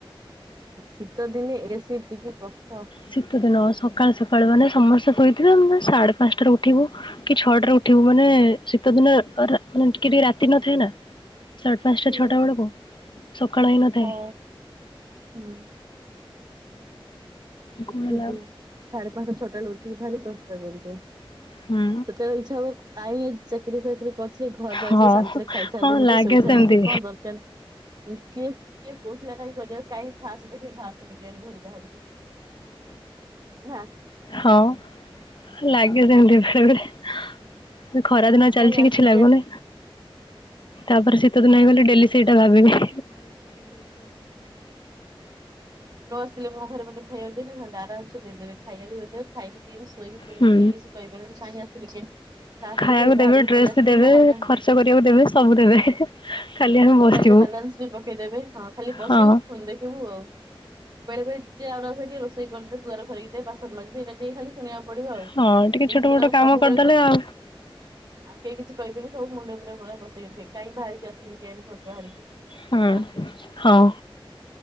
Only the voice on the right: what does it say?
ଶୀତ ଦିନେ ଏ ସିପ୍ଟିକି କଷ୍ଟ
ହୁଁ
ହଁ, ହୁଁ।
ଉଠିବୁ,
ସାଢେ ପାଞ୍ଚାଟା ଛଅଟା ବେଳେ ଉଠି ଭାରି କଷ୍ଟ କିନ୍ତୁ
ସେତେବେଳେ ଇଚ୍ଛା ହବ କାଇଁ, ଏ ଚାକିରି ଫାକିରି କର ଘରେ ରହିଥିଲେ
ଶାନ୍ତିରେ ଖାଇଥାନ୍ତି
ମୁଠେ,
ଶୋଇଥାନ୍ତି।
କଣ ଦରକାର? କିଏ? କିଏ? କୋଉଥିଲା କାଇଁ କରିଆକୁ! କାହିଁ ଫାସ୍ ଦେଖେଇ ବାହାରୁଥିଲି କେଆଣି ଘରୁ ବାହାରକୁ? ନା
କାଇଁ ଆସିଥିଲି
କିଆଣି
ନ ଆସିଥିଲେ ମୋ ଘରେ ମତେ ଖାଇବାକୁ ଦେଇନଥାନ୍ତେ! ଆରାମସେ ଦେଇ ଦେବେ। ଖାଇବାକୁ ଯଦି ଦେବେ ଖାଇବୁ, ପିଇବୁ, ଶୋଇବୁ, ବୁଲି,
କେହିକିଛି କହିପାରିବେନି। କାଇଁ ଆସୁଥୁଲୁ କାଇଁ! ଫାର୍ସ
ଦେଖେଇକି
ବାହାରକୁ
ପଳେ ଆସିଲେ
ପୁରା ହଇରାଣ!
ମୋବାଇଲ
ରେ ବାଲାନ୍ସ ବି ପକେଇଦେବେ। ହଁ, ଖାଲି ବସିବୁ
ଫୋନ୍ ଦେଖିବୁ ଆଉ। ବେଳେ ବେଳେ ଯିଏ ଯାଉଆଉଣୁ ଖାଲିଟିକେ, ରୋଷେଇକରିଦେ, ଦୁଆର ଖଳେଇଦେ, ବାସନ ମାଜିଦେ, ଏଇରା ଟିକେ ଖାଲି ଶୁଣିଆକୁ ପଡିବ ଆଉ।
ଏମିତି
ନା
ସବୁବେଳେ
ଖୋଜୁଛ
ଆଉ କେହି କିଛି କହିବେନି। ସବୁ ମୁଣ୍ଡ ଉପ ପୁରା ବସେଇରଖିବେ। କାହିଁ ବାହାରିକି ଆସୁିଥିନି, କେଆଣି ଘରୁ ବାହାରିକି?
ନା